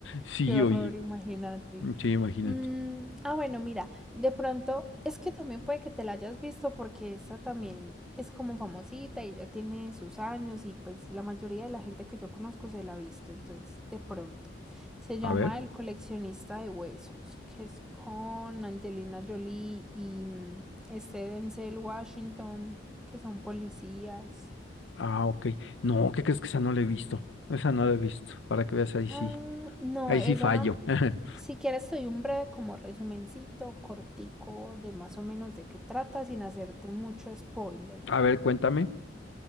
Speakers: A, on the left (about 80°); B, in the centre.
A: Sí,
B: Qué horror,
A: oye,
B: imagínate.
A: sí, imagínate.
B: Mm, ah, bueno, mira, de pronto es que también puede que te la hayas visto porque esa también es como famosita y ya tiene sus años y pues la mayoría de la gente que yo conozco se la ha visto, entonces de pronto. Se llama
A: A ver,
B: El coleccionista de huesos, que es con Angelina Jolie y mm, este Denzel Washington, que son policías.
A: ah, ok. No, ¿qué crees que esa no la he visto? Esa no la he visto, para que veas, ahí sí,
B: Ah, no,
A: ahí
B: esa
A: sí fallo. <laughs>
B: Si quieres, soy un breve como resumencito, cortico, de más o menos de qué trata, sin hacerte mucho spoiler.
A: A ver, cuéntame.